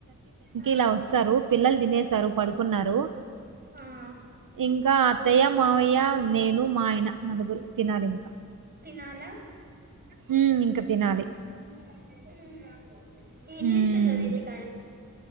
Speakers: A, on the right (about 30°); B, on the right (about 80°).
A: ఆ
B: ఇలా వస్తారు. పిల్లలు తినేసారు, పడుకున్నారు.
A: ఆ
B: ఇంకా అత్తయ్య, మావయ్య, నేను, మా ఆయన నలుగురు తినాలింకా.
A: తినాల
B: హ్మ్. ఇంక తినాలి.
A: అవి ఇంకా పనికి హు. ఏం
B: హ్మ్.
A: చేస్తున్నది ఇంటిక